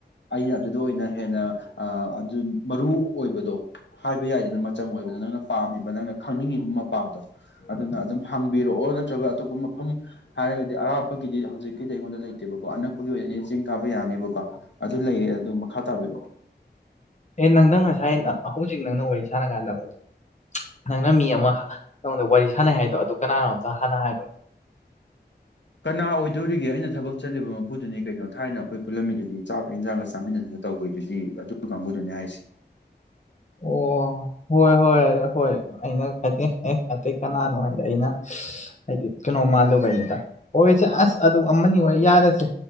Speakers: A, on the left (about 85°); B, on the left (about 40°).
A: ꯑꯩꯅ ꯑꯗꯨꯗ ꯑꯣꯏꯅ ꯍꯦꯟꯅ ꯑꯗꯨ ꯃꯔꯨ ꯑꯣꯏꯕꯗꯣ ꯍꯥꯏꯕ ꯌꯥꯏꯗꯅ ꯃꯆꯪ ꯑꯣꯏꯕꯗꯣ ꯅꯪꯅ ꯄꯥꯝꯃꯤꯕ ꯅꯪꯅ ꯈꯪꯅꯤꯡꯉꯤꯕ ꯃꯄꯥꯗꯣ ꯑꯗꯨꯅ ꯑꯗꯨꯝ ꯍꯥꯡꯕꯤꯔꯛꯑꯣ ꯅꯠꯇ꯭ꯔꯒ ꯑꯇꯣꯞꯄ ꯃꯐꯝ ꯍꯥꯏꯔꯒꯗꯤ ꯑꯔꯥꯞꯄꯒꯤꯗꯤ ꯍꯧꯖꯤꯛꯀꯤꯗꯤ ꯑꯩꯉꯣꯟꯗ ꯂꯩꯇꯦꯕꯀꯣ ꯑꯅꯛꯄꯒꯤ ꯑꯣꯏꯅꯗꯤ ꯆꯤꯡ ꯀꯥꯕ ꯌꯥꯅꯦꯕꯀꯣ ꯑꯗꯨ ꯂꯩꯌꯦ ꯑꯗꯨ ꯃꯈꯥ ꯇꯥꯕꯤꯔꯛꯑꯣ
B: ꯑꯦ ꯅꯪꯗꯪ ꯉꯁꯥꯏ ꯍꯧꯖꯤꯛ ꯅꯪꯅ ꯋꯥꯔꯤ ꯁꯥꯟꯅ ꯀꯥꯟꯗ ꯅꯣꯟꯗꯣ ꯅꯪꯅ ꯃꯤ ꯑꯃ ꯅꯪꯉꯣꯟꯗ ꯋꯥꯔꯤ ꯁꯥꯟꯅꯩ ꯍꯥꯏꯗꯣ ꯑꯗꯨ ꯀꯅꯥꯅꯣ ꯑꯝꯇ ꯍꯥꯟꯅ ꯍꯥꯏꯔꯣꯅꯦ
A: ꯀꯅꯥ ꯑꯣꯏꯗꯣꯔꯤꯒꯦ ꯑꯩꯅ ꯊꯕꯛ ꯆꯠꯂꯤꯕ ꯃꯄꯨꯗꯨꯅꯤ ꯀꯩꯅꯣ ꯊꯥꯏꯅ ꯑꯩꯈꯣꯏ ꯄꯨꯜꯂꯝꯃꯤꯗꯨꯗꯤ ꯆꯥꯛꯀ ꯏꯟꯖꯥꯡꯒ ꯆꯥꯃꯤꯟꯅꯗꯨꯅ ꯇꯧꯕꯩꯗꯨꯗꯤ ꯑꯗꯨ ꯀꯥꯡꯕꯨꯗꯨꯅꯤ ꯍꯥꯏꯁꯦ
B: ꯑꯣ ꯍꯣꯏ ꯍꯣꯏ ꯍꯣꯏ ꯑꯩꯅ ꯑ ꯑꯦ ꯑꯇꯩ ꯀꯅꯥꯅꯣ ꯍꯥꯏꯗꯤ ꯑꯩꯅ ꯍꯥꯏꯗꯤ ꯀꯩꯅꯣ ꯃꯥꯜꯂꯨꯕꯩꯅꯤꯗ ꯍꯣꯏ ꯏꯆꯦ ꯑꯁ ꯑꯗꯨ ꯑꯃꯅꯤ ꯑꯣꯏ ꯌꯥꯔꯁꯦ